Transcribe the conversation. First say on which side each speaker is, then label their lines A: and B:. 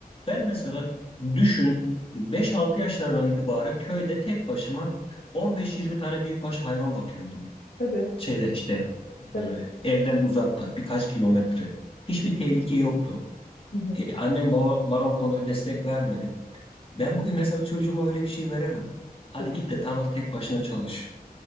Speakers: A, on the left (about 35°); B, on the left (about 80°).
A: Ben mesela düşün beş altı yaşlarından itibaren köyde tek başıma on beş yirmi tane büyükbaş hayvan bakıyordum.
B: tabii,
A: Şeyde işte
B: tabii.
A: e, evden uzakta birkaç kilometre. Hiçbir
B: Hı hı,
A: tehlike yoktu.
B: hı hı,
A: E, annem babam bana o konuda destek vermedi. Ben bugün mesela çocuğuma öyle bir şey veremem. Hadi
B: tabii.
A: git de tarlada tek başına çalış.